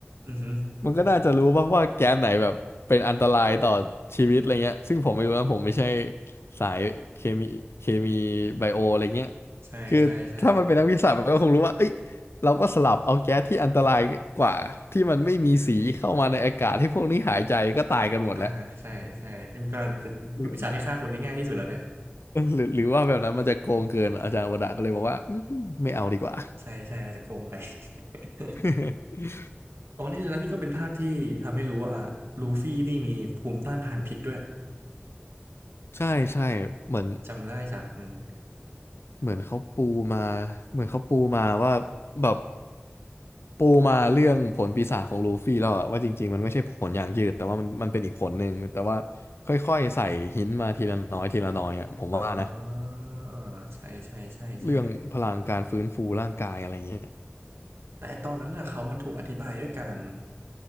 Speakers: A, on the right; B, on the left.
A: อือฮึ
B: มันก็น่าจะรู้ป่ะว่าแก๊สไหนแบบเป็นอันตรายต่อชีวิตอะไรเงี้ยซึ่งผมไม่รู้นะผมไม่ใช่สายเคมีเคมีไบโออะไรเงี้ย
A: ใช่ใช่ใช่
B: คือถ้ามันเป็นนักวิทยาศาสตร์มันก็คงรู้ว่าเอ้ยเราก็สลับเอาแก๊สที่อันตรายกว่าที่มันไม่มีสีเข้ามาในอากาศให้พวกนี้หายใจก็ตายกันหมดแล้ว
A: อ่าใช่ใช่เป็นการเป็นผลปีศาจที่ฆ่าคนได้ง่ายที่สุดแล้วเนี่ย
B: หรือหรือหรือว่าแบบนั้นมันจะโกงเกินอาจารย์วดาก็เลยบอกว่าอืมไม่เอาดีกว่า
A: ใช่ใช่เราจะโกงไป <laughs>
B: <laughs>
A: ตอนนี้แล้วนี่ก็เป็นภาคที่ทำให้รู้ว่าลูฟี่นี่มีภูมิต้านทานพิษด้วย
B: ใช่ใช่เหมือน
A: จำได้จากหนึ่ง
B: เหมือนเขาปูมาเหมือนเขาปูมาว่าแบบปูมาเรื่องผลปีศาจของลูฟี่แล้วอะว่าจริงๆมันไม่ใช่ผลอย่างยืดแต่ว่ามันมันเป็นอีกผลหนึ่งแต่ว่าค่อยๆใส่หินมาทีละน้อยทีละน้อยอะผมว่านะ
A: อ่าใช่ใช่ใช่ใช่
B: เรื่องพลังการฟื้นฟูร่างกายอะไรเงี้ย
A: แต่ไอ้ตอนนั้นน่ะเขามันถูกอธิบายด้วยการ